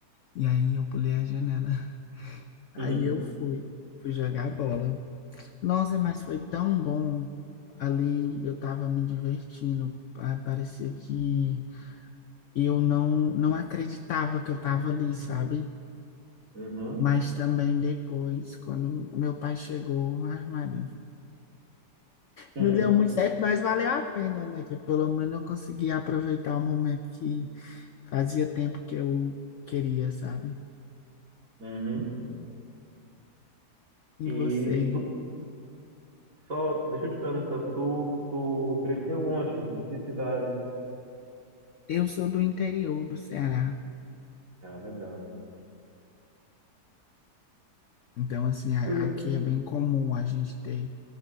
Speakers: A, on the left; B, on the right.
A: e aí eu pulei a janela. <laughs>
B: <laughs>
A: Aí eu fui, fui jogar bola. Nossa, mas foi tão bom. Ali eu tava me divertindo, Ah, parecia que eu não não acreditava que eu tava ali, sabe?
B: Uhum,
A: Mas também depois, quando meu pai chegou, ai, Maria,
B: uhum,
A: não deu
B: uhum,
A: muito certo, mas valeu a pena, né? Que pelo menos eu consegui aproveitar o momento que fazia tempo que eu queria, sabe?
B: uhum.
A: E
B: E
A: você?
B: tu só, deixa eu te perguntar, tu, tu cresceu onde? Em que cidade?
A: Eu sou do interior do Ceará,
B: Ah, legal.
A: então, assim, a-
B: Pois,
A: aqui é bem comum a gente ter